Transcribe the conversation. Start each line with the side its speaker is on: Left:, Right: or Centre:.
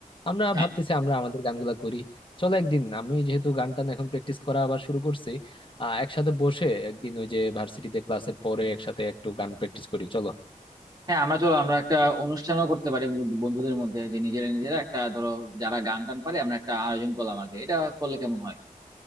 Left: আমরা
Right: হ্যাঁ
Left: ভাবতেছি আমরা আমাদের গানগুলা করি চলো একদিন আমি যেহেতু গান টান এখন প্র্যাকটিস করা আবার শুরু করছি আহ একসাথে বসে একদিন ওই যে ভার্সিটিতে ক্লাসের পরে একসাথে একটু গান প্র্যাকটিস করি চলো
Right: হ্যাঁ আমরা চলো আমরা একটা অনুষ্ঠানও করতে পারি বন্ধুদের মধ্যে যে নিজেরা নিজেরা একটা ধরো যারা গান টান পারে আমরা একটা আয়োজন করলাম আর কি এটা করলে কেমন হয়